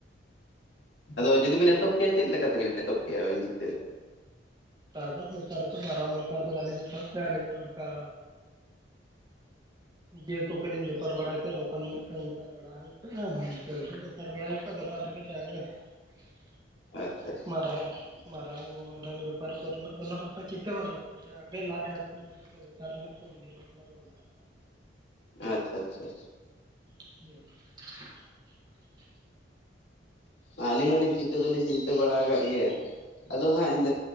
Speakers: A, on the left; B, on the right.
A: ᱟᱫᱚ ᱡᱩᱫᱤ ᱵᱮᱤᱱ ᱮᱛᱚᱦᱚᱵ ᱠᱮᱭᱟ ᱪᱮᱫ ᱞᱮᱠᱟ ᱛᱮᱵᱤᱱ ᱮᱛᱚᱦᱚᱵ ᱠᱮᱜᱼᱟ ᱟᱹᱵᱤᱱ ᱪᱤᱱᱛᱟᱹ ᱫᱚ
B: ᱛᱫᱚ ᱵᱮᱯᱟᱨ ᱫᱚ ᱵᱟᱨᱚᱢ ᱵᱮᱯᱟᱨᱫ ᱟᱞᱤᱧ ᱥᱯ ᱟᱹᱞᱤᱧ ᱫᱚ ᱚᱱᱠᱟ ᱡᱤᱭᱟᱹ ᱠᱚᱜᱮᱞᱤᱧ ᱵᱮᱯᱟᱨ ᱵᱟᱲᱟᱭ ᱠᱼᱟ ᱫᱚᱠᱟᱱ ᱢᱤᱫᱴᱮᱱ ᱚᱱᱠᱟ ᱨᱟᱲᱟ ᱦᱩᱭ ᱠᱚᱜᱼᱟ ᱤᱱᱠᱟᱹ ᱵᱮᱯᱟᱨ ᱵᱟᱲᱟ ᱦᱩᱭ ᱠᱚᱜᱼᱟ ᱫᱚᱠᱟᱱ <unintelligible>
A: ᱟᱪᱪᱷᱟ
B: ᱢᱟᱨᱟᱝ ᱢᱟᱨᱟᱝ ᱵᱮᱯᱟᱨ ᱠᱚᱨᱮᱱᱟᱜ ᱫᱚ ᱱᱚᱝᱠᱟ ᱪᱤᱱᱛᱟᱹ ᱵᱟᱹᱱᱩᱜ ᱠᱚᱼᱟ ᱡᱟᱜᱮ ᱞᱟᱡ ᱦᱟᱹᱥᱩᱞ ᱵᱮᱯᱟᱨ ᱨᱮᱱᱟᱜ <unintelligible>
A: ᱟᱪᱪᱷᱟ ᱟᱪᱪᱷᱟ ᱪᱷᱟ
B: <inaudible>
A: ᱟᱹᱞᱤᱧ ᱦᱚᱸᱞᱤᱧ ᱪᱤᱱᱛᱟᱹ ᱫᱚᱞᱤᱧ ᱪᱤᱱᱛᱟᱹ ᱵᱟᱲᱟ ᱟᱠᱟᱫ ᱜᱮᱭᱟ ᱟᱫᱚ ᱦᱟᱸᱜ